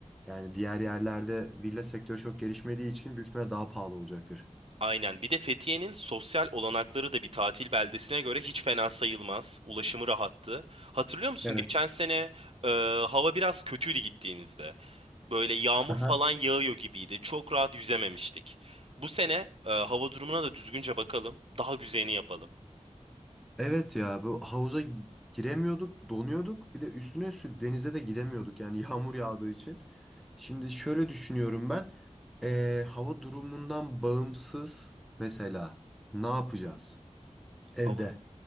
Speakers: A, in the centre; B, on the right.
A: Yani diğer yerlerde villa sektörü çok gelişmediği için büyük ihtimalle daha pahalı olacaktır.
B: Aynen. Bir de Fethiye'nin sosyal olanakları da bir tatil beldesine göre hiç fena sayılmaz. Ulaşımı rahattı. Hatırlıyor musun
A: Evet.
B: geçen sene e, hava biraz kötüydü gittiğimizde. Böyle yağmur
A: Aha.
B: falan yağıyor gibiydi. Çok rahat yüzememiştik. Bu sene e, hava durumuna da düzgünce bakalım. Daha güzelini yapalım.
A: Evet ya, bu havuza giremiyorduk, donuyorduk. Bir de üstüne üstlük denize de gidemiyorduk yani <laughs> yağmur yağdığı için. Şimdi şöyle düşünüyorum ben. Ee, hava durumundan bağımsız mesela ne yapacağız evde?
B: Hava,